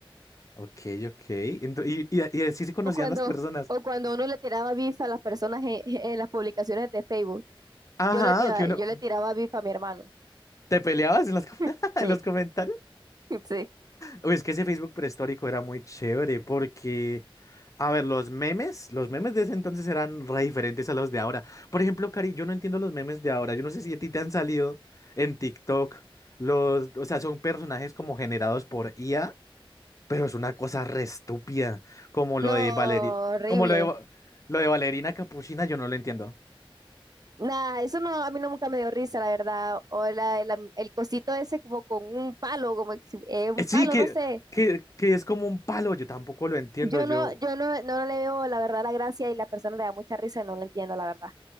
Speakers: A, on the left (about 35°); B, on the right (about 45°).
A: ok, ok. Ento- y, y, y así se conocían
B: O cuando,
A: las personas.
B: o cuando uno le tiraba bif a las personas en, <laughs> en las publicaciones de Facebook.
A: Ajá,
B: Yo le tiraba,
A: que uno,
B: yo le tiraba bif a mi hermano.
A: ¿te peleabas en los, com-
B: <laughs>
A: <laughs> en los comentarios?
B: Sí, sí.
A: Uy, es que ese Facebook prehistórico era muy chévere porque, a ver, los memes, los memes de ese entonces eran re diferentes a los de ahora. Por ejemplo, Cari, yo no entiendo los memes de ahora. Yo no sé si a ti te han salido en TikTok los, o sea, son personajes como generados por IA, pero es una cosa re estúpida, como
B: No,
A: lo de Valeria,
B: horrible.
A: como lo de, Va- lo de Valerina Capuchina, yo no lo entiendo.
B: Nada, eso no, a mí no nunca me dio risa, la verdad. O la, la- el cosito ese como con un palo, como si- eh, un
A: Eh, Sí,
B: palo,
A: que,
B: no sé.
A: que, que es como un palo, yo tampoco lo entiendo,
B: Yo
A: yo.
B: no, yo no, no le veo la verdad la gracia y la persona le da mucha risa y no lo entiendo, la verdad.